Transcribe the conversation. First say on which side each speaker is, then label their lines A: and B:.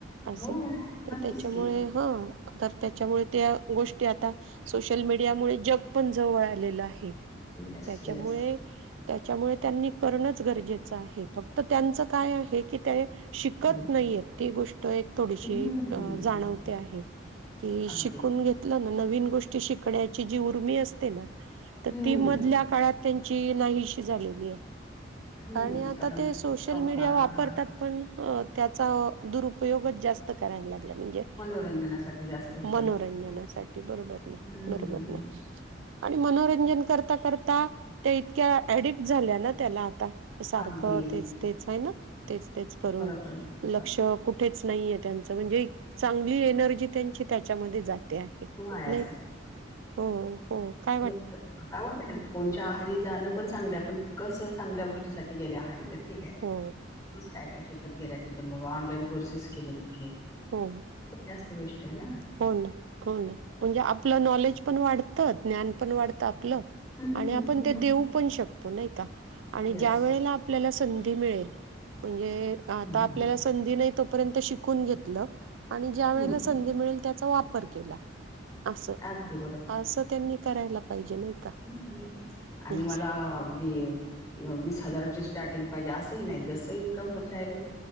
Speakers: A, on the right; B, on the left.
A: अस,
B: हो
A: तर
B: नक्कीच
A: त्याच्यामुळे?
B: की
A: हा तर त्याच्यामुळे त्या गोष्टी आता. सोशल मीडियामुळे जग पण जवळ आलेलं आहे.
B: Yes
A: त्याच्यामुळे
B: yes.
A: त्याच्यामुळे त्यांनी करणंच गरजेचं आहे फक्त त्यांचं काय आहे की ते? शिकत
B: हम्म
A: नाहीयेत. ती गोष्ट एक थोडीशी
B: हम्म
A: अ जाणवते आहे की
B: अगदी
A: शिकून घेत नवीन गोष्टी शिकण्याची उर्मी असते ना तर
B: हम्म
A: ती मधल्या काळात. ची नाहीशी झालेली आहे
B: हम्म
A: आणि आता
B: कारण
A: ते सोशल
B: संसार
A: मीडिया वापरतात
B: घर
A: पण अ त्याचा अ दुरुपयोगच जास्त करायला लागला म्हणजे
B: मनोरंजनासाठी जास्त होतोय
A: मनोरंजनासाठी बरोबर ना
B: हम्म.
A: बरोबर ना आणि मनोरंजन करता करता त्या इतक्या ऍडिक्ट झाल्या ना त्याला आता सारखं
B: अगदी
A: तेच- तेच आहे ना तेच- तेच करून
B: बरोबर बरोबर
A: लक्ष कुठेच नाहीय त्यांच म्हणजे चांगली एनर्जी त्यांची त्याच्यामध्ये जाते ते आहे
B: वाया
A: नाही का? हो.. हो.. का
B: <inaudible> आवाडतें ना कोणच्या आहारी जाणं पण चांगलं पण कसं चांगल्या गोष्टीसाठी गेल्या आहारी तर ठीक आहे. तुच
A: हो
B: काय काय शिकत गेला तिथून बाबा ऑनलाईन कोर्सेस केले कुठले
A: हो
B: ते जास्त बेस्ट आहे ना
A: हो.. ना.. हो.. ना.. म्हणजे आपलं नॉलेज पण वाढतं ज्ञान पण वाढतं आपलं
B: हम्म
A: आणि आपण
B: हम्म.
A: ते देऊ पण शकतो नाही का आणि
B: येस
A: ज्या वेळेला आपल्याला संधी मिळेल म्हणजे अ आता
B: हम्म
A: आपल्याला
B: हम्म
A: स संधी नाही तोपर्यंत शिकून घेतलं आणि ज्या वेळेला
B: हम्म
A: संधी मिळेल त्याचा वापर केला. अस
B: अगदी
A: असं त्यांनी करायला पाहिजे नाही का
B: हम, आणि
A: हो
B: मला अगदी वीस हजाराची स्टार्टिंग पाहिजे असंही नाही जसं इन्कम होत राहिल,